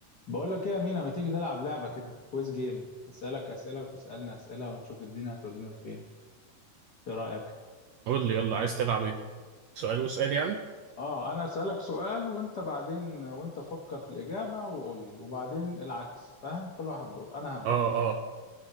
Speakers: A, on the left; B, on the right.
A: بقول لك ايه يا مينا ما تيجي نلعب لعبة كده كويز جيم اسالك اسئلة وتسالني اسئلة ونشوف الدنيا هتودينا لفين ايه رأيك
B: قول لي يلا عايز تلعب ايه سؤال وسؤال يعني
A: اه انا اسالك سؤال وانت بعدين وانت فكر في الإجابة وقول لي وبعدين العكس فاهم كل واحد دور انا هبدأ
B: اه اه